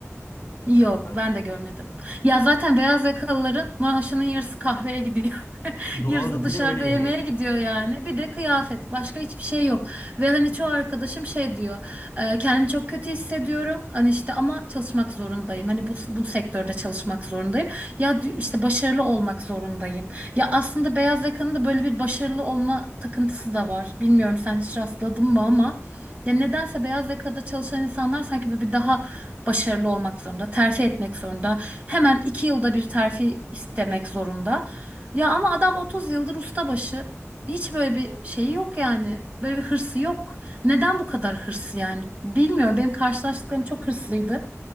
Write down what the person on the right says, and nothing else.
Yok,
ben de görmedim. Ya zaten beyaz yakalıların maaşının yarısı kahveye gidiyor. <laughs>
Yarısı dışarıda
yemeğe gidiyor yani. Bir de kıyafet. Başka hiçbir şey yok. Ve hani çoğu arkadaşım şey diyor. "E, kendimi çok kötü hissediyorum. Hani işte ama çalışmak zorundayım. Hani bu, bu sektörde çalışmak zorundayım. Ya di- işte başarılı olmak zorundayım. Ya aslında beyaz yakanın da böyle bir başarılı olma takıntısı da var. Bilmiyorum sen hiç rastladın mı ama. Ya nedense beyaz yakada çalışan insanlar sanki böyle bir daha başarılı olmak zorunda, terfi etmek zorunda. Hemen iki yılda bir terfi istemek zorunda. Ya ama adam 30 yıldır ustabaşı. Hiç böyle bir şeyi yok yani. Böyle bir hırsı yok. Neden bu kadar hırsı yani? Bilmiyorum. Benim karşılaştıklarım çok hırslıydı.